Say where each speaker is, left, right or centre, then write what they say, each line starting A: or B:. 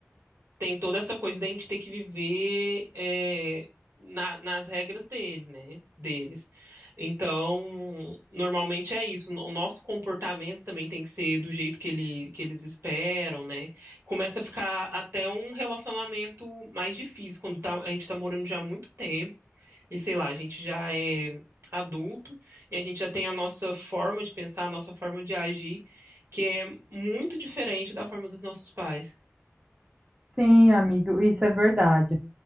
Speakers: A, on the right (about 60°); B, on the right (about 20°).
A: tem toda essa coisa da gente ter que viver é, na- nas regras dele, né? Deles. Então, normalmente é isso. O nosso comportamento também tem que ser do jeito que ele, que eles esperam, né? Começa a ficar até um relacionamento mais difícil quando tá- a gente tá morando já há muito tempo e sei lá, a gente já é adulto e a gente já tem a nossa forma de pensar, a nossa forma de agir, que é muito diferente da forma dos nossos pais.
B: Sim, amigo, isso é verdade.